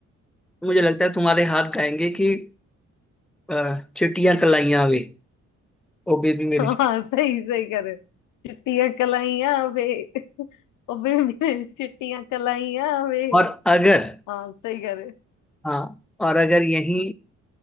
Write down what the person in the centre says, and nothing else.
मुझे लगता है तुम्हारे हाथ गाएंगे कि अ, चिट्टियां कलाइयां वे ओ बेबी मेरी
और अगर
हाँ और अगर यही